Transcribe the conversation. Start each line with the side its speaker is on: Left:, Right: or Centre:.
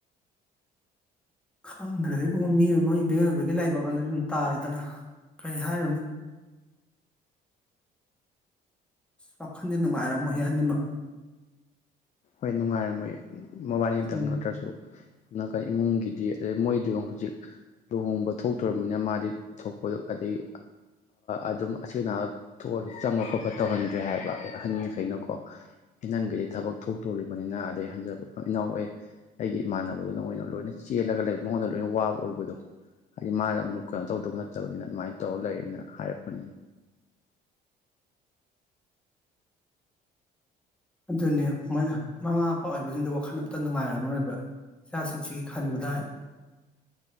Centre: ꯈꯪꯗꯔ꯭ꯦ ꯗ ꯃꯣꯏ꯫ ꯃꯤꯑꯣꯏꯕꯥꯒꯤ ꯂꯥꯏꯕꯥꯛ ꯍꯥꯏ꯫ ꯇꯥꯔꯦꯗꯅ ꯀꯩ ꯍꯥꯏꯌꯨꯅꯤ꯫ ꯋꯥꯈꯜꯗ ꯅꯨꯡꯉꯥꯏꯔꯝꯃꯣꯏꯍꯦ ꯑꯅꯤꯃꯛ
Left: ꯍꯈꯣꯏ ꯅꯨꯡꯉꯥꯏꯔꯝꯃꯣꯏ ꯌꯦ꯫ ꯃꯕꯥꯅꯤꯇꯪ
Centre: ꯎꯝ
Left: ꯅꯠꯇ꯭ꯔꯁꯨ꯫ ꯁꯝ ꯅꯥꯀꯟ ꯏꯃꯨꯡꯒꯤꯗꯤ ꯑꯗꯩ ꯃꯣꯏꯗꯨ ꯍꯧꯖꯤꯛ ꯂꯨꯍꯣꯡꯕ ꯊꯣꯛꯇꯣꯔꯅꯤꯅ ꯃꯥꯗꯤ ꯊꯣꯛꯄ ꯑꯗꯒꯤ ꯑꯗꯨꯝ꯫ ꯑꯁꯤ ꯑꯣꯏꯅ ꯊꯣꯛꯑꯁꯨ ꯆꯪꯕ ꯈꯣꯠꯄ ꯇꯧꯍꯟꯗ꯭ꯔꯦ ꯍꯥꯏꯕ ꯀꯣ ꯑꯍꯟꯈꯩꯅꯀꯣ꯫ ꯅꯪꯒꯤꯗꯤ ꯊꯕꯛ꯫ ꯄꯨꯊꯣꯛꯇꯣꯔꯤꯕꯅꯤꯅ ꯑꯗꯩ ꯍꯟꯖꯕ ꯏꯅꯥꯎ ꯑꯦ ꯑꯩꯒꯤ ꯏꯃꯥꯟꯅꯕꯗꯨ ꯅꯉꯣꯏꯅ ꯂꯣꯏꯅ ꯆꯦꯜꯂꯒ ꯂꯩ ꯃꯉꯣꯟꯗ ꯂꯣꯏꯅ ꯋꯥꯕ ꯑꯣꯏꯕꯗꯣ ꯍꯥꯏꯗꯤ ꯃꯥꯅ ꯑꯃꯨꯛ ꯀꯩꯅꯣ ꯇꯧꯗꯧ ꯅꯠꯇꯕꯅꯤꯅ ꯑꯗꯨꯃꯥꯏꯅ ꯇꯧꯔ ꯂꯩꯔꯦꯅ ꯍꯥꯏꯔꯛꯄꯅꯤ꯫
Centre: ꯑꯗꯨꯅꯤ ꯃꯃꯥ ꯃꯄꯥ ꯑꯣꯏꯕꯁꯤꯡꯗ ꯋꯥꯈꯜ꯫ ꯍꯇ ꯅꯨꯡꯉꯥꯏꯔꯝꯔꯣꯏꯕ ꯏꯆꯥꯁꯤꯡꯁꯤꯒꯤ ꯈꯟꯕꯗ ꯍꯥꯏꯅ꯫